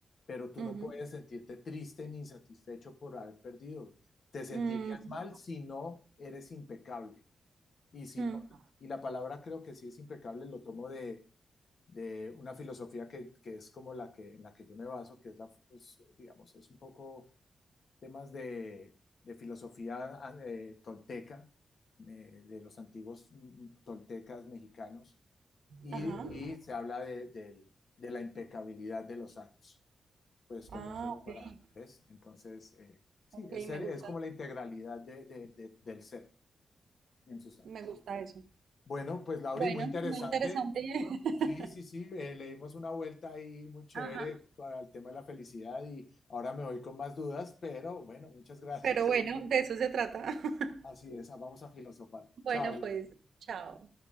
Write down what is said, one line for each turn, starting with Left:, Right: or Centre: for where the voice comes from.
Left: Pero tú
Right: ujú,
Left: no puedes sentirte triste ni insatisfecho por haber perdido. Te sentirías
Right: ujú,
Left: mal si no eres impecable. Y si
Right: mm,
Left: no, y la palabra creo que sí es impecable, lo tomo de de una filosofía que, que es como la que, en la que yo me baso, que es la, pues, digamos, es un poco temas de, de filosofía ah, eh, tolteca, eh, de los antiguos mm, mm, toltecas mexicanos, y,
Right: Ajá.
Left: y se habla de, del- de la impecabilidad de los actos, pues como
Right: Ah,
Left: solo
Right: ok.
Left: para, ¿ves? Entonces, eh, sí,
Right: Ok,
Left: es, ser-
Right: me gusta,
Left: es como la integralidad de- de- de- del ser en sus actos.
Right: me gusta eso.
Left: Bueno, pues Lauri,
Right: Bueno,
Left: muy interesante.
Right: muy interesante. <laughs>
Left: Sí, sí, sí, eh, le dimos una vuelta ahí muy chévere
Right: Ajá.
Left: para el tema de la felicidad y ahora me voy con más dudas, pero bueno, muchas gracias.
Right: Pero bueno, de eso se trata. <laughs>
Left: Así es, vamos a filosofar.
Right: Bueno,
Left: Chao, Laura.
Right: pues, chao.